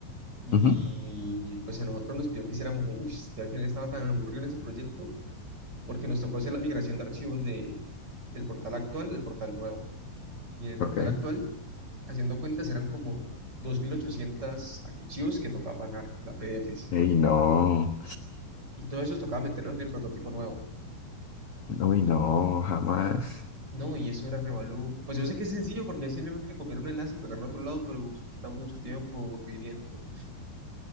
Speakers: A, on the right; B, on the left.
A: y
B: Ujú,
A: pues a nosotros nos pidió que hiciéramos un, uff, yo al final estaba tan aburrido en ese proyecto porque nos tocó hacer la migración de archivos de, del portal actual al portal nuevo. Y en el portal
B: Ok.
A: actual, haciendo cuentas, eran como 2.800 archivos que tocaba pasar, o sea, PDFs.
B: Ey, no.
A: Y todo eso tocaba meterlos en el prototipo nuevo.
B: Uy, no, jamás.
A: No, y eso era revalú. Pues yo sé que es sencillo porque es simplemente copiar un enlace y pegarlo a otro lado, pero eso quita mucho tiempo, aburrimiento.